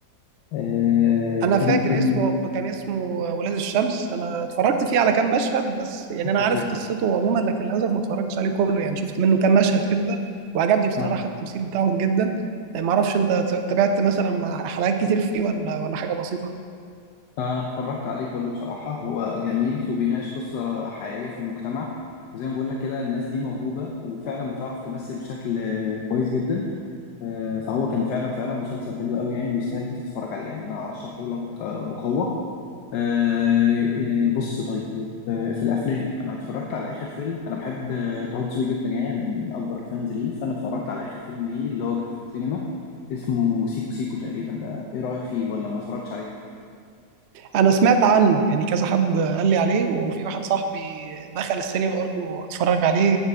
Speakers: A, on the left; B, on the right.
A: آه
B: انا
A: كان
B: فاكر
A: كان
B: اسمه كان اسمه ولاد الشمس انا اتفرجت فيه على كام مشهد بس يعني انا
A: بالظبط
B: عارف قصته عموما لكن للاسف ما اتفرجتش عليه كله يعني شفت منه كام مشهد كده وعجبني بصراحة
A: آه.
B: التمثيل بتاعهم جدا ما اعرفش انت ت- تابعت مثلا مع حلقات كتير فيه ولا ولا حاجة بسيطة
A: أنا اتفرجت عليه كله بصراحة هو جميل وبيناقش قصة حقيقية في المجتمع وزي ما بقول لك كده الناس دي موهوبة وفعلا بتعرف تمثل بشكل آه، كويس جدا آه، فهو كان فعلا فعلا مسلسل حلو قوي يعني ويستاهل إن أنت تتفرج عليه يعني أنا أرشحه لك آه، بقوة آه، آه، بص طيب آه، في الأفلام أنا اتفرجت على آخر فيلم أنا بحب آه، طه دسوقي جدا يعني من من أكبر الفانز ليه فأنا اتفرجت على آخر فيلم ليه اللي هو كان في السينما اسمه سيكو سيكو تقريبا ده إيه رأيك فيه ولا ما اتفرجتش عليه؟
B: انا سمعت عنه يعني كذا حد قال لي عليه وفي واحد صاحبي دخل السينما برضه اتفرج عليه